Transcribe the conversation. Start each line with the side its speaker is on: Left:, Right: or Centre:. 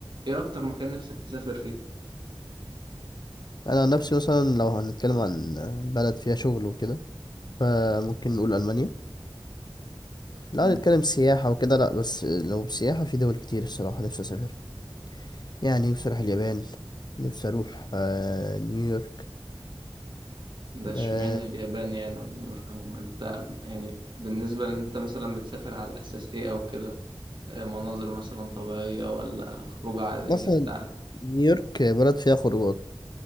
Right: ايه اكتر مكان نفسك تسافر فيه
Left: انا عن نفسي مثلا لو هنتكلم عن بلد فيها شغل وكده فممكن نقول المانيا لو
Right: مم.
Left: هنتكلم سياحه وكده لا بس لو سياحه في دول كتير الصراحه نفسي اسافر يعني نفسي اروح اليابان نفسي اروح آه، نيويورك
Right: ده اشمعنى
Left: آه،
Right: اليابان يعني او نيويورك او انت يعني بالنسبة لان انت مثلا بتسافر على اساس ايه او كده آه، مناظر مثلا طبيعية ولا خروجة عادية
Left: مثلا
Right: بتاع
Left: نيويورك بلد فيها خروجات